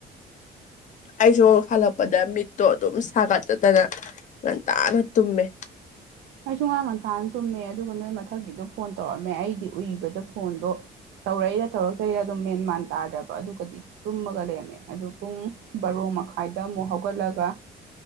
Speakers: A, on the left; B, on the right.
A: ꯑꯩꯁꯨꯨ ꯍꯜꯂꯛꯄꯗ ꯃꯤꯠꯇꯣ ꯑꯗꯨꯝ ꯁꯥꯒꯠꯗꯅ ꯉꯟꯇꯥꯅ ꯇꯨꯝꯃꯦ
B: ꯑꯩꯁꯨꯨ ꯉꯔꯥꯡ ꯉꯟꯊꯥꯅ ꯇꯨꯝꯃꯦ ꯑꯗꯨꯒ ꯅꯣꯏ ꯃꯊꯛꯀꯤꯗꯣ ꯐꯣꯟ ꯇꯧꯔꯛꯑꯝꯃꯦ ꯑꯩꯗꯤ ꯎꯏꯕꯗ ꯐꯣꯟꯗꯣ ꯇꯧꯔꯛꯏꯔ ꯇꯧꯔꯛꯇꯔꯤꯔꯗꯣ ꯃꯦꯟ ꯃꯥꯟ ꯇꯥꯗ꯭ꯔꯕ ꯑꯗꯨꯒꯗꯤ ꯇꯨꯝꯃꯒ ꯂꯩꯔꯝꯃꯦ ꯑꯗꯨ ꯄꯨꯡ ꯕꯥꯔꯣ ꯃꯈꯥꯏꯗ ꯑꯃꯨꯛ ꯍꯧꯒꯠꯂꯒ